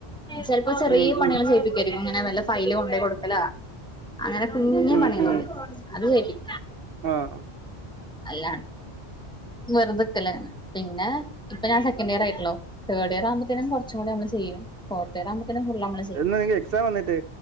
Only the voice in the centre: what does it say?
ചെപ്പോ ചെറിയ
പണികൾ
ചെയ്യിപ്പിക്ക ഇങ്ങനെ വല്ല ഫൈല് കൊണ്ട കൊടുക്കല അങ്ങനെ കുഞ്ഞ
പണികളുണ്ട്
അത് കേും
അല്ല വെറുതെക്കല്ലെ പിന്നെ ഇപ്പൊ ഞാൻ സെക്കൻഡ് ഇയർ ആയിട്ടല്ലോ തേഡ് ഇയർ ആുമ്പോേും കുറച്ചു കൂടി നമ്മ ചെയ്യും ഫോർത്ത്യർ ആുമ്പത്തേും ഫുള്ളള്മ്മള് ചെയ്യും
<inaudible> <inaudible> ക